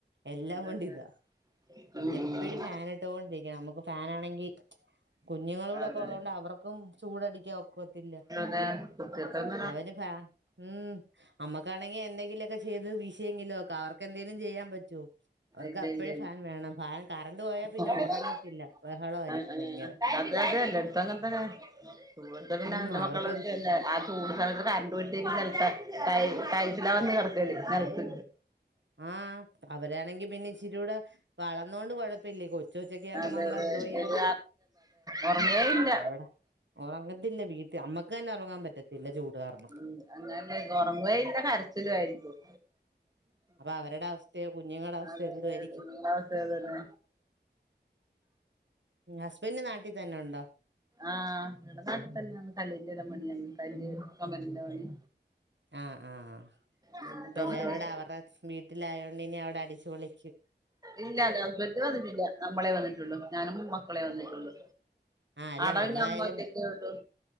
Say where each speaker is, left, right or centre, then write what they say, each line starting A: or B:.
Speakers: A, on the right; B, on the right.
A: എല്ലാം
B: അതെ
A: കൊണ്ടും
B: അതെ
A: ഇതാ
B: ഉം
A: എപ്പഴും
B: ഉം
A: ഫാന് ഇട്ടോണ്ടിരിക്കണം നമുക്ക് ഫാനാണെങ്കി കുഞ്ഞുങ്ങളൂടെ
B: അതെ
A: ക്കെ ഉള്ളത് കൊണ്ട് അവർക്കും ചൂടടിക്കാൻ ഒക്കത്തില്ല.
B: ആഹ് <unintelligible>
A: അവര് ഫാ ഉം അമ്മക്കാണെങ്കി എന്തെങ്കിലുക്കെ ചെയ്ത് വീ ശിയെങ്കിലൊക്കെ ആവാ അവർക്ക്എന്തങ്കിലും ചെയ്യാൻ പറ്റോ. അവർക്ക്
B: ഇല്ല
A: അപ്പഴും
B: ഇല്ല
A: ഫാൻ വേണം ഫാൻ കറണ്ട്
B: ഇല്ല
A: പോയാൽ പിന്നെ ഒറങ്ങത്തില്ല ബഹളായിരിക്കും
B: അതെ
A: ഭയങ്കര
B: അതെ അതെയതെ എല്ലാടത്തും അങ്ങനെ തന്നെ ഇവുടുത്തെ പിന്നെ
A: ഉം
B: എന്റെ
A: അവർക്ക്
B: മക്കള് പിന്നെ അ ചൂട് സമയത്തൊക്കെ കറണ്ട് പോയിട്ടേ കുട്ടി നെലത്തെ ടൈൽസ് -ടൈൽസിലാ വന്ന് കെടക്കല് നെൽത്ത്.
A: ആഹ് അവരാണെങ്കി പിന്നെ ഇച്ചിരൂടെ വളർന്നോൊണ്ട് കൊഴപ്പല്ലേ കൊ ചോച്ചക്ക ആമ്പോ
B: അതെ
A: നമ്മളെന്തോ
B: അതെ
A: ചെയ്യാന
B: ഇത് അറിയില്ലല്ലോ അതെ ഉറങ്ങേ ഇല്ല
A: അവിടെ? ഉറങ്ങത്തില്ല വീട്ടിൽ അമ്മക്ക് തന്നെ ഉറങ്ങാൻ പറ്റത്തില്ല ചൂടുകാരണം
B: ഉം അങ്ങനെ ഒറങ്ങേല്ല കരച്ചിലും ആയിരിക്കും.
A: അപ്പൊ അവരുടെ അവസ്ഥയോ കുഞ്ഞുങ്ങടെ അവസ്ഥയോന്തൊ
B: അതെ
A: ആയിരിക്കും?
B: അതെ കുഞ്ഞുങ്ങളെ അവസ്ഥ അത് തന്നെ
A: ഹസ്ബന്റ് നാട്ടി തന്നെ ഉണ്ടോ?
B: ആഹ് ഇവിടെ നാട്ടിൽ തന്നെയന്ന് കല്ലന്റെ മണിയന്ന് കല് കലിന്റെ പണി
A: ആഹ് ആഹ്
B: ഉം
A: പ്പഎല്ലാരുംട
B: ചുമര് വെക്കല്
A: അവരുടെ വീട്ടിലായോണ്ട് ഇനി അവിടെ അടിച്ചു പൊളിക്കു
B: ഇല്ല ഹസ്ബന്റ് വന്നിട്ടില്ല നമ്മളെ വന്നിട്ടുള്ളൂ ഞാനും മക്കളെ വന്നിട്ടുള്ളു
A: ആ അല്ല
B: അട
A: നമ്മളായാലും
B: പിന്നെ അമ്മ ഒറ്റക്കെള്ളു